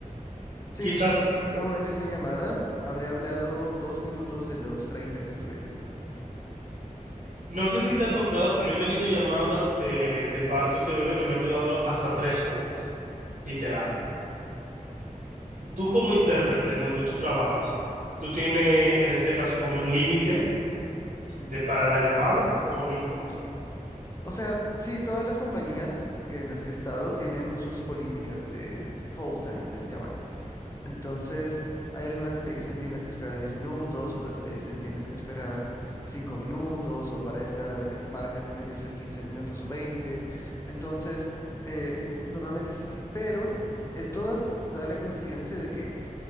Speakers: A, on the left (about 25°); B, on the right (about 80°).
A: Sí,
B: Quizás...
A: de- yo en esa llamada habré hablado dos minutos de los 30 que estuve ahí.
B: No sé si te ha tocado, pero yo he tenido llamadas de, de partos de bebé que me han ayudado hasta tres horas, literal. Tú como intérprete en donde tú trabajas, ¿tú tienes en este caso como un límite de para la llamada o no importa?
A: O sea, sí, todas las compañías es- en las que he estado tienen sus políticas de, de hold time, les llaman. Entonces, hay algunas que te dicen tienes que esperar 10 minutos, otras te dicen tienes que esperar 5 minutos, o para esta eh, marca tiene que ser 15 minutos o 20. Entonces, eh, normalmente es así, pero en todas da la coincidencia de que